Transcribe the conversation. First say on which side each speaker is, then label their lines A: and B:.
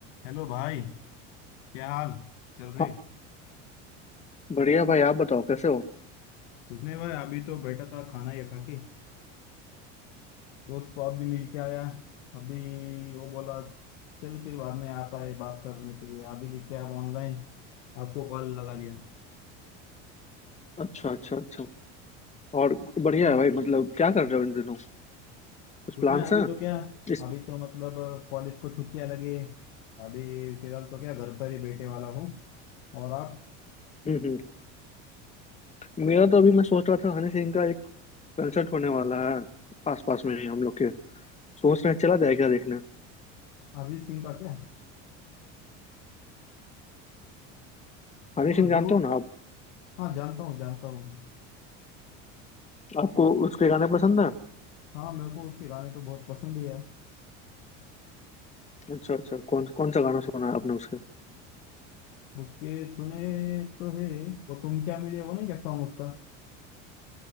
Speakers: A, on the left (about 80°); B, on the left (about 20°).
A: Hello भाई क्या हाल चल रहे
B: हाँ बढ़िया भाई आप बताओ कैसे हो
A: कुछ नहीं भाई अभी तो बैठा था खाना ये खा के दोस्त को अब भी मिल के आया अभी वो बोला चल फिर बाद में आता है बात करने के लिए अभी देखिए आप ऑनलाइन आपको कॉल लगा लिया
B: अच्छा अच्छा अच्छा और बढ़िया है भाई मतलब क्या कर रहे हो इन दिनों कुछ
A: कुछ
B: प्लान्स
A: नहीं अभी
B: हैं
A: तो क्या
B: इस
A: अभी तो मतलब कॉलेज को छुट्टियां लगी है अभी फिलहाल तो क्या घर पर ही बैठे वाला हूँ और आप
B: हम्म हम्म मेरा तो अभी मैं सोच रहा था हनी सिंह का एक कंसर्ट होने वाला है आस पास में ही हम लोग के सोच रहे हैं चला जाए क्या देखने
A: अरिजीत सिंह का क्या
B: हनी
A: हाँ
B: सिंह
A: जरूर
B: जानते हो ना आप
A: हाँ जानता हूँ जानता हूँ
B: आपको उसके गाने पसंद है
A: हाँ मेरे को उसके गाने तो बहुत पसंद है यार
B: अच्छा अच्छा कौन कौन सा गाना सुना है आपने उसके
A: उसके सुने तो है वो तुम क्या मिले वो नहीं क्या सॉन्ग उसका